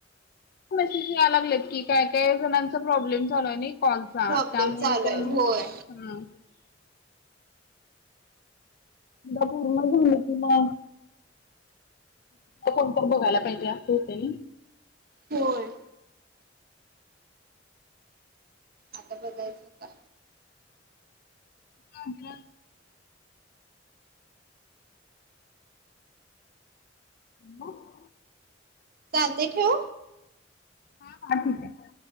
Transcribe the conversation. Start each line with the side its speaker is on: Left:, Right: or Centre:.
Left: मेसेज यायला लागलेत की काय काय जणांचा प्रॉब्लेम झालाय नाही कॉलचा
Right: प्रॉब्लेम
Left: त्यामुळे
Right: चालू
Left: कोण
Right: आहे होय
Left: ह दा पूर्ण झालं किला कोण पण बघायला पाहिजे अस होते.
Right: होय आता बघायचं का?
Left: हर ह
Right: चालते ठेऊ.
Left: हा हकीक आहे.